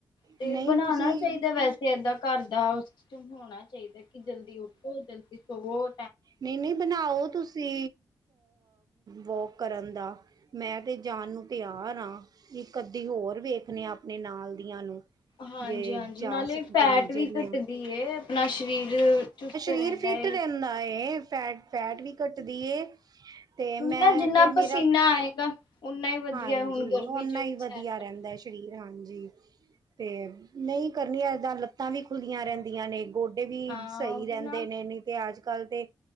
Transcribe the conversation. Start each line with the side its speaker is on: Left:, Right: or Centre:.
Left: ਤੇ
Right: ਨਹੀਂ
Left: ਬਣਾਣਾ
Right: ਤੁਸੀਂ
Left: ਚਾਹੀਦਾ ਵੈਸੇ ਏਦਾਂ ਘਰ ਦਾ ਉਸ ਹੋਣਾ ਚਾਹੀਦਾ ਕਿ ਜਲਦੀ ਉਠੋ ਜਲਦੀ ਸਵੋ
Right: ਨਹੀ ਨਹੀ ਬਣਾਓ ਤੁਸੀ ਵੋਕ ਕਰਨ ਦਾ ਮੈਂ ਤੇ ਜਾਣ ਨੂੰ ਤਿਆਰ ਹਾਂ ਇਕ ਅਧੀ ਹੋਰ ਵੇਖਣੇ ਆ ਆਪਣੇ ਨਾਲ ਦੀਆ ਨੂੰ
Left: ਹਾਂਜੀ
Right: ਜੇ
Left: ਹਾਂਜੀ
Right: ਜਾ
Left: ਨਾਲੇ
Right: ਸਕਣ
Left: ਫੈਟ
Right: ਜਿਹੜੀਆਂ
Left: ਵੀ ਘੱਟਦੀ ਹੈ ਆਪਣਾ ਸਰੀਰ ਚੁਸਤ ਰਹਿੰਦਾ
Right: ਫੀਰ ਫਿਟ
Left: ਏ
Right: ਰਹਿਦਾ ਫੈ ਫੈਟ ਵੀ ਘੱਟਦੀ ਤੇ
Left: ਹੁਣ
Right: ਮੈਂ
Left: ਨਾ ਜਿੰਨਾ
Right: ਤੇ ਮੇਰਾ
Left: ਪਸੀਨਾ ਆਏਗਾ ਓਨਾ ਹੀ ਵਧੀਆ
Right: ਹਾਂਜੀ
Left: ਹੁਣ ਗਰਮੀ
Right: ਓਨਾ
Left: ਚ
Right: ਹੀ ਵਧੀਆ
Left: ਸੈਰ
Right: ਰਹਿਦਾ ਸਰੀਰ ਹਾਂਜੀ ਤੇ ਨਹੀ ਕਰਨੀਆਂ ਇਏਦਾਂ ਲੱਤਾਂ ਵੀ ਖੁੱਲੀਆਂ ਰਹਿਦੀਆਂ ਨੇ ਗੋਡੇ ਵੀ
Left: ਹਾਂ
Right: ਸਹੀ
Left: ਉਹੀ
Right: ਰਹਿਦੇ
Left: ਨਾ
Right: ਨੇ ਨਹੀ ਤੇ ਅਜ ਕਲ ਦੇ